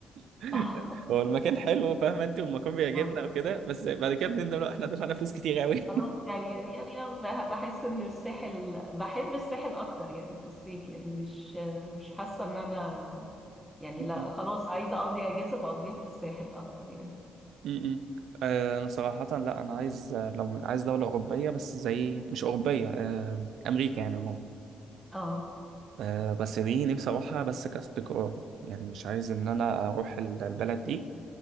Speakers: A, on the right (about 75°); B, in the centre.
A: <laughs>
B: <laughs>
A: هو المكان حلو فاهم انت والمكان بيعجبنا
B: اه
A: وكده بس بعد كده بنندم لا احنا دفعنا فلوس كتير قوي
B: خلاص يعني يعني أنا بح- بحس ان الساحل بحب الساحل اكتر يعني في الصيف يعني مش مش حاسه ان انا يعني
A: <laughs>
B: لا خلاص عايزه اقضي اجازه بقضيها في الساحل اكتر يعني
A: امم آه، انا صراحة لا انا عايز آه، لو عايز دولة اوروبية بس زي مش اوروبية آه، امريكا يعني عموما
B: اه
A: آه، بس دي نفسي اروحها بس كاستقرار يعني مش عايز ان انا اروح ال- البلد دي